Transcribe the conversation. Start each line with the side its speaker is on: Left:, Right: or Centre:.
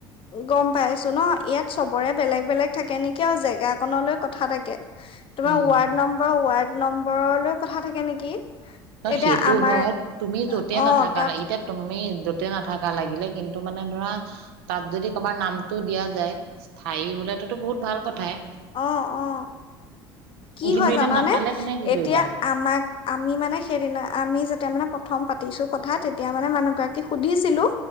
Left: গম পাইছো ন', ইয়াত চবৰে বেলেগ বেলেগ থাকে নেকি আৰু জেগাকনলৈ কথা থাকে তোমাৰ
Right: উম।
Left: ৱাৰ্ড নম্বৰ, ৱাৰ্ড নম্বৰলৈ কথা থাকে নেকি
Right: ন'
Left: এতিয়া
Right: সেইতো
Left: আমাৰ
Right: হয়, তুমি যতে
Left: অ
Right: নাথাকা
Left: তাত
Right: লাগিলে এতিয়া তুমি য'তে নাথাকা লাগিলে, কিন্তু মানে ধৰা তাত যদি কাবাৰ নামটোও দিয়া যায় স্থায়ী হ'লেতোতো বহুত ভাল কথাই
Left: অ' অ', কি
Right: কিন্তু
Left: হয়
Right: এতিয়া
Left: জানানে,
Right: নাপালে কোনে কি
Left: এতিয়া
Right: কৰিবা
Left: আমাক আমি মানে সেইদিনা, আমি যেতিয়া মানে প্ৰথম পাতিছো কথা তেতিয়া মানে মানুহগৰাকীক সুধিছিলো